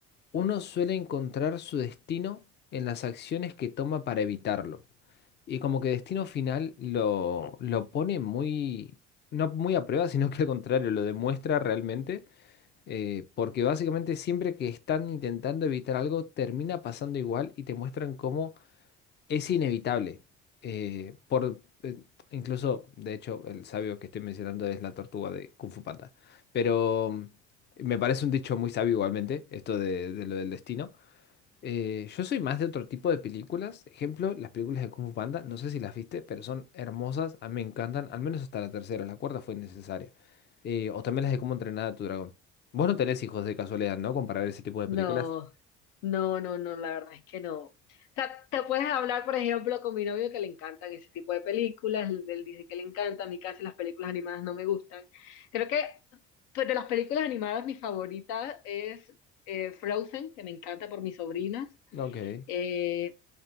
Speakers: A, on the left (about 35°); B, on the left (about 80°).
A: uno suele encontrar su destino en las acciones que toma para evitarlo. Y como que destino final lo, lo pone muy, no muy a prueba, <laughs> sino que al contrario, lo demuestra realmente, eh, porque básicamente siempre que están intentando evitar algo, termina pasando igual y te muestran cómo Es inevitable. eh, por, eh, incluso, de hecho, el sabio que estoy mencionando es la tortuga de Kung Fu Panda. Pero mm, me parece un dicho muy sabio igualmente, esto de, de lo del destino. Eh, yo soy más de otro tipo de películas. Ejemplo, las películas de Kung Fu Panda, no sé si las viste, pero son hermosas, a mí me encantan, al menos hasta la tercera, la cuarta fue innecesaria. Eh, o también las de Cómo entrenar a tu dragón. Vos no tenés hijos de casualidad, ¿no? Como para ver ese tipo de
B: No,
A: películas.
B: no, no, no, la verdad es que no. O sea, te puedes hablar, por ejemplo, con mi novio que le encantan ese tipo de películas, él, él dice que le encanta, a mí casi las películas animadas no me gustan. Creo que pues, de las películas animadas mi favorita es eh, Frozen, que me encanta por mis sobrinas.
A: Ok.
B: Eh,